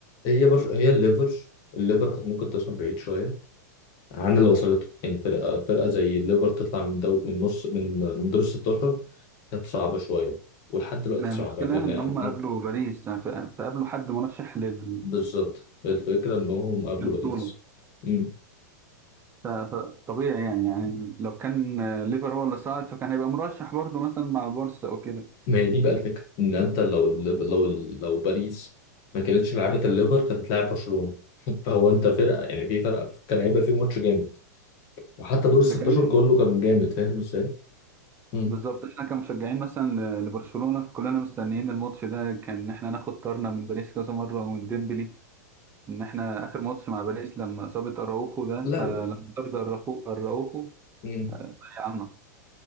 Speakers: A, on the left (about 45°); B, on the right (about 25°).
A: هي برش... هي الليفر الليفر كانت ممكن توصل بعيد شويه عن اللي وصلته يعني فرقه فرقه زي الليفر تطلع من دو... من نص من من دور ال 16 كانت صعبه شويه ولحد دلوقتي
B: ما
A: صعبه
B: المشكله
A: يعني أنا...
B: ان هم
A: مم.
B: قابلوا باريس ف- فقابلوا حد مرشح لل...
A: بالظبط الفكره انهم قابلوا
B: للبطوله
A: باريس مم.
B: ف- فطبيعي يعني يعني لو كان آه، ليفر هو اللي صعد فكان هيبقى مرشح برضه مثلا مع البورصه او كده
A: ما هي دي بقى الفكره ان انت لو الليف- لو لو باريس ما كانتش لعبت الليفر كانت هتلاعب برشلونه <laughs> فهو انت فرقه يعني في فرقه كان هيبقى في ماتش جامد وحتى دور ال 16
B: ده كمان
A: كله كان جامد فاهم ازاي؟ مم.
B: بالظبط احنا كمشجعين مثلا ل- لبرشلونه فكلنا مستنيين الماتش ده كان احنا ناخد طارنا من باريس كذا مره ومن ديمبلي ان احنا اخر ماتش مع باريس لما اصابه اراوخو ده
A: لا
B: آه لما طرد اراوخو اراوخو
A: مم.
B: ضيعنا